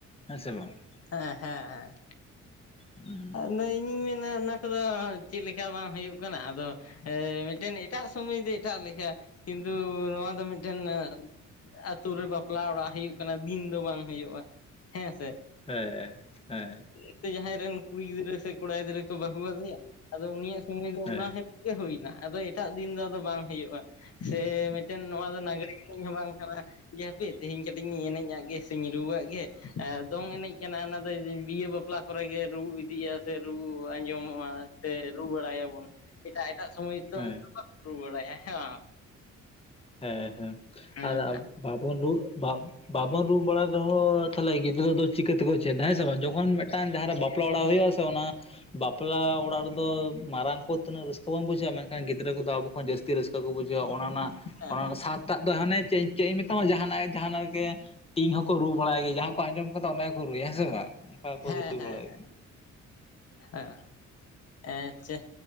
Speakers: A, on the left (about 20°); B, on the left (about 50°).
A: ᱦᱮᱸ ᱥᱮ ᱵᱟᱝ ᱾
B: ᱦᱮᱸ ᱦᱮᱸ ᱦᱮᱸ᱾
A: ᱦᱮᱸ ᱦᱮᱸ
B: <unintelligible> ᱤᱼᱧᱤᱧ ᱢᱮᱱᱟ ᱚᱱᱟ ᱠᱚᱫᱚ <unintelligible> ᱪᱮᱫ ᱞᱮᱠᱟ ᱵᱟᱝ ᱦᱩᱭᱩᱜ ᱠᱟᱱᱟ ᱟᱫᱚᱼᱼ <unintelligible> ᱢᱤᱫᱴᱮᱱ ᱮᱴᱟᱜ ᱥᱚᱢᱚᱭ ᱫᱚ ᱮᱴᱟᱜ ᱞᱮᱠᱟ ᱠᱤᱱᱛᱩ ᱱᱚᱣᱟ ᱫᱚ ᱢᱤᱫᱴᱮᱱ <unintelligible> ᱟᱛᱩ ᱨᱮ ᱵᱟᱯᱞᱟ ᱚᱲᱟᱜ ᱦᱩᱭᱩᱜ ᱠᱟᱱᱟ ᱫᱤᱱ ᱫᱚ ᱵᱟᱝ ᱦᱩᱭᱩᱜᱼᱟ, ᱦᱮᱸ ᱥᱮ᱾
A: ᱦᱮᱸ ᱦᱮᱸ ᱾
B: ᱥᱮ ᱡᱟᱦᱟᱸᱭ ᱨᱮᱱ ᱠᱩᱲᱤ ᱜᱤᱫᱽᱨᱟᱹ ᱥᱮ ᱠᱚᱲᱟ ᱜᱤᱫᱽᱨᱟᱹ ᱠᱚ ᱵᱟᱹᱦᱩ ᱟᱫᱮᱭᱟ ᱟᱫᱚ ᱩᱱᱤᱭᱟᱜ ᱥᱚᱢᱚᱭ ᱫᱚ
A: ᱦᱮᱸ
B: ᱚᱱᱟ ᱦᱮᱞᱯ ᱜᱮ ᱦᱩᱭᱼᱼ ᱟᱫᱚ ᱮᱴᱟᱜ ᱫᱤᱱ ᱫᱚ ᱟᱫᱚ ᱵᱟᱝ ᱦᱩᱭᱩᱜᱼᱟ, ᱥᱮ ᱢᱤᱫᱴᱮᱱ ᱱᱚᱣᱟ ᱫᱚ ᱱᱟᱜᱽᱲᱮ <unintelligible> ᱦᱚᱸ ᱵᱟᱝ ᱠᱟᱱᱟ᱾ ᱡᱮ ᱦᱟᱯᱮ ᱛᱤᱦᱤᱧ ᱠᱟᱹᱴᱤᱡ ᱤᱧ ᱮᱱᱮᱡᱼᱟᱜ ᱜᱮ ᱥᱮᱧ ᱨᱩᱣᱟᱜ ᱜᱮ ᱟᱨ ᱫᱚᱝ ᱮᱱᱮᱡ ᱠᱟᱱᱟ ᱚᱱᱟ ᱫᱚ ᱵᱤᱦᱟᱹ ᱵᱟᱯᱞᱟ᱾ ᱠᱚᱨᱮ ᱜᱮ ᱨᱩᱻ <unintelligible> ᱤᱫᱤᱭᱟ ᱥᱮ ᱨᱩᱻ ᱟᱸᱡᱚᱢᱚᱜᱼᱟ ᱥᱮ ᱨᱩᱻ ᱵᱟᱲᱟᱭᱟᱵᱚᱱ ᱮᱴᱟᱜ-ᱮᱴᱟᱜ ᱥᱚᱢᱚᱭ ᱛᱚ
A: ᱦᱮᱸ
B: ᱚᱱᱠᱟᱼᱼ ᱨᱩᱻ ᱵᱟᱲᱟᱭᱟ ᱦᱮᱸ ᱥᱮ ᱵᱟᱝ᱾
A: ᱦᱮᱸ ᱦᱮᱸ
B: ᱦᱮᱸ
A: ᱟᱨ <unintelligible> ᱵᱟᱵᱚᱱ ᱨᱩᱻ <unintelligible> ᱵᱟᱵᱚᱱ ᱨᱩᱻ ᱵᱟᱲᱟᱭ ᱨᱮᱦᱚᱸ ᱛᱟᱦᱚᱞᱮ ᱜᱤᱫᱽᱨᱟᱹ ᱫᱚ ᱪᱤᱠᱟᱹ ᱛᱮᱠᱚ ᱪᱮᱫ ᱦᱮᱸ ᱥᱮ ᱵᱟᱝ ᱡᱚᱠᱷᱚᱱ ᱢᱤᱫᱴᱟᱝ ᱡᱟᱦᱟᱸ ᱨᱮ ᱵᱟᱯᱞᱟ ᱚᱲᱟᱜ ᱦᱩᱭᱩᱜᱼᱟᱼᱼ ᱛᱚ ᱚᱱᱟ ᱵᱟᱯᱞᱟ ᱚᱲᱟᱜ ᱨᱮᱫᱚ ᱢᱟᱨᱟᱝ ᱠᱚᱼᱼ ᱛᱤᱱᱟᱹᱜ ᱨᱟᱹᱥᱠᱟᱹ ᱵᱟᱝ ᱵᱩᱡᱷᱟᱹᱣᱜᱼᱟ ᱢᱮᱱᱠᱷᱟᱱ ᱜᱤᱫᱽᱨᱟᱹ ᱠᱚᱫᱚ ᱟᱵᱚ ᱠᱷᱚᱱ ᱡᱟᱹᱥᱛᱤ ᱨᱟᱹᱥᱠᱟᱹ ᱠᱚ ᱵᱩᱡᱷᱟᱹᱣᱟ ᱚᱱᱟ ᱨᱮᱱᱟᱜ
B: ᱦᱮᱸ
A: ᱚᱱᱟ
B: ᱦᱮᱸ
A: ᱥᱟᱛᱼᱼ ᱥᱮᱛᱟᱜ ᱫᱚ ᱦᱟᱱᱮ ᱪᱮᱫ ᱤᱧ ᱢᱮᱛᱟᱢᱟ ᱡᱟᱦᱟᱱᱟᱜ-ᱡᱟᱦᱟᱱᱟᱜ ᱜᱮ ᱴᱤᱝ ᱦᱚᱸᱠᱚ ᱨᱩᱻ ᱵᱟᱲᱟᱭ ᱜᱮᱭᱟ ᱡᱟᱦᱟᱸ ᱠᱚ ᱟᱸᱡᱚᱢ ᱠᱟᱫᱟ ᱚᱱᱟᱼᱼ ᱠᱚ ᱨᱩᱭᱟ ᱦᱮᱸ ᱥᱮ ᱵᱟᱝ ᱚᱱᱠᱟ ᱠᱚ
B: ᱦᱮᱸ
A: ᱨᱩᱻ
B: ᱦᱮᱸ
A: ᱵᱟᱲᱟᱭ᱾
B: ᱦᱮᱸ, ᱟᱪᱪᱷᱟ